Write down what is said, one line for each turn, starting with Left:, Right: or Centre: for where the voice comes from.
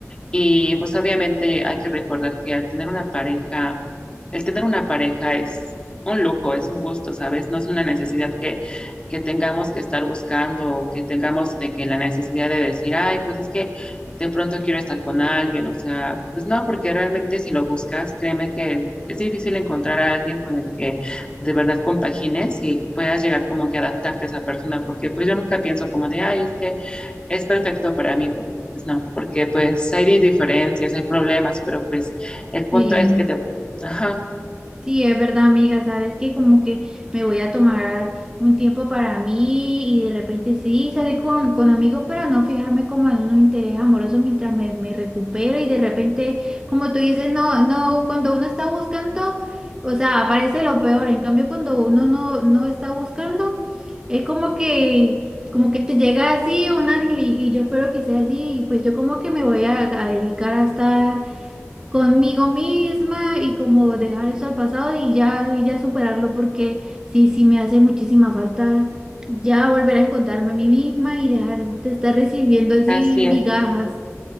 Left: y pues obviamente hay que recordar que al tener una pareja, el tener una pareja es un lujo, es un gusto, ¿sabes? No es una necesidad que, que tengamos que estar buscando o que tengamos de que la necesidad de decir, ay, pues es que de pronto quiero estar con alguien, o sea, pues no, porque realmente si lo buscas, créeme que es difícil encontrar a alguien con el que de verdad compagines y puedas llegar como que a adaptarte a esa persona, porque pues yo nunca pienso como de, ay, es que es perfecto para mí, porque pues no, porque pues hay diferencias, hay problemas, pero pues el punto
Right: Sí.
Left: es que te... Ajá,
Right: Sí, es verdad, amiga, sabes que como que me voy a tomar un tiempo para mí y de repente sí salir con, con amigos, pero no fijarme como en un interés amoroso mientras me, me recupero y de repente, como tú dices, no, no, cuando uno está buscando, o sea, aparece lo peor, en cambio cuando uno no, no está buscando, es como que, como que te llega así un ángel y, y yo espero que sea así, y pues yo como que me voy a a dedicar a estar conmigo misma y como dejar eso al pasado y ya, y ya superarlo porque sí, sí me hace muchísima falta ya volver a encontrarme a mí misma y dejar de estar recibiendo así
Left: así
Right: migajas.
Left: es,